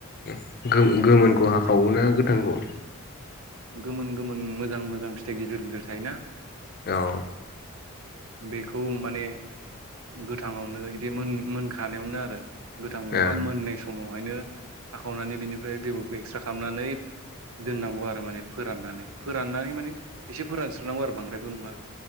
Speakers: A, on the left; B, on the right.
A: ओम गो-गोमोनखौ हाखावो ना गोथांखौ?
B: गोमोन गोमोन मोजां मोजां फिथाइ गिदिर गिदिर थायोना
A: औ
B: बेखौ माने गोथाङावनो इदि मोन मोनखानायावनो आरो गोथांबो नङा
A: ओ
B: मोननाय समावहायनो हाखावनानै बिनिफ्राय बेगरखौ एकस्रा खालामनानै दोननांगौ आरो माने फोराननानै फोराननानै माने एसे फोरानस्रोनांगौ आरो बांद्रायबो नङा।